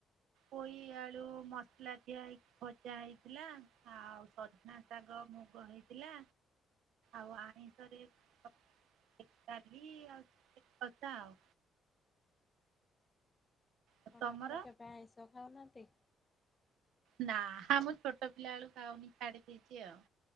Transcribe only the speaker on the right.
ପୋଇ ଆଳୁ ମସଲା ଦିଆ ହେଇ ଭଜା ହେଇଥିଲା ଆଉ ସଜନା ଶାଗ ହ ମୁଗ ହେଇଥିଲା। ଆଉ ଆଣି ତରେ ତ ମିତାଲି ଆଉ ଠିକ୍ କଥା ଆଉ। ଆଉ
ତମର
ନା ହାଁ ମୁଁ ଛୋଟ ପିଲା ବେଳୁ ଖାଉନି ଛାଡି ଦେଇଚି ଆଉ।